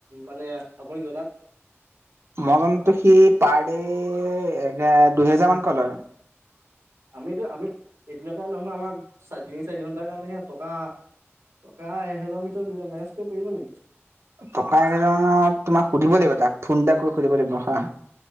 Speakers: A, on the right (about 90°); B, on the right (about 65°).
A: মানে আপুনি জনাক?
B: মই জনাটো সি পাৰডে এ দুই হেজাৰ মানকৈ লয়।
A: আমিতো আমি এদিনৰ কাৰণে নহয় আমাৰ চাৰি তিনি চাৰি ঘন্টাৰ কাৰণেহে টকা টকা এহেজাৰৰ ভিতৰত মেনেজ কৰিব নেকি?
B: টকা এহেজাৰ মানত তোমাক সুধিব লাগিব তাক ফোন এটা কৰি সুধিব লাগিব ৰখা।